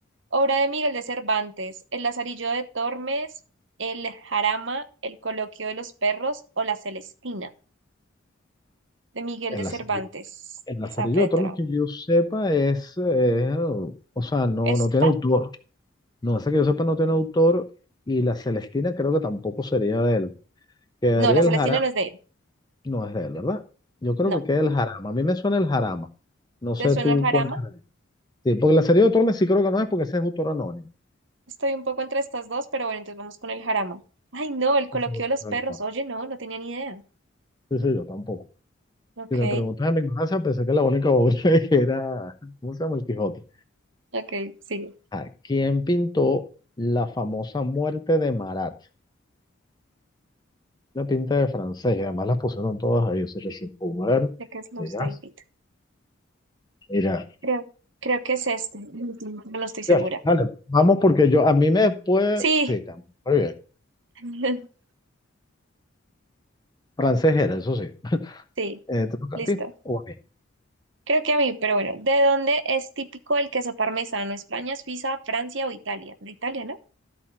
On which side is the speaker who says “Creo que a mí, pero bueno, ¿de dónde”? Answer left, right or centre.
Right